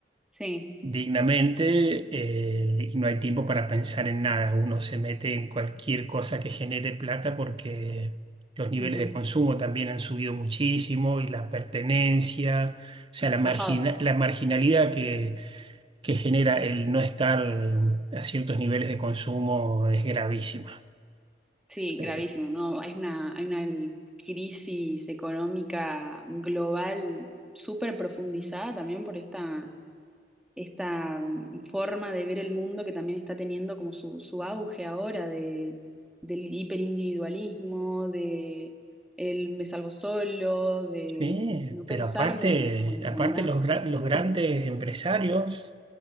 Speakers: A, in the centre; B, on the right.
A: sí,
B: dignamente eh, y no hay tiempo para pensar en nada. Uno se mete en cualquier cosa que genere plata porque los niveles
A: ujú,
B: de consumo también han subido muchísimo y la pertenencia, o sea, la margina-
A: Bajado.
B: la marginalidad que, que genera el no estar a ciertos niveles de consumo es gravísima.
A: Sí,
B: Eh,
A: gravísimo, ¿no? Hay una, hay una crisis económica global súper profundizada también por esta, esta mm, forma de ver el mundo que también está teniendo como su, su auge ahora de, del hiperindividualismo, de el me salvo solo, de
B: sí,
A: mm, no pensar
B: pero aparte,
A: en, como en comunidad.
B: aparte los, gra- los grandes empresarios